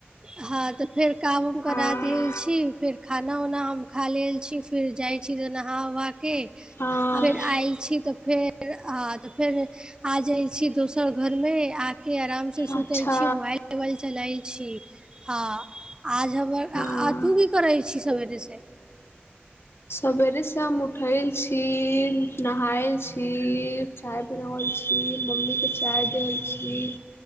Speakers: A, on the right (about 20°); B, on the left (about 75°).
A: हां तऽ फेर काम-उम करा
B: हँ
A: देल छी, फेर खाना-उना हम खा लेल छी। फिर जाय छी तऽ नहा-उहा के
B: हँ
A: फेर आएल छी तऽ फेर हां तऽ फेर आ जाय छी दोसर घर मे आके अराम से सु
B: अच्छा
A: तैल छी, मुबाएल-उबाएल चलाएल छी। हां आज हमर आ
B: हँ
A: तू की करै छी सबेरे से।
B: सवेरे से हम उठैल छी, नहाएल छी। चाय बनावल छी, मम्मी के चाय देबल छी।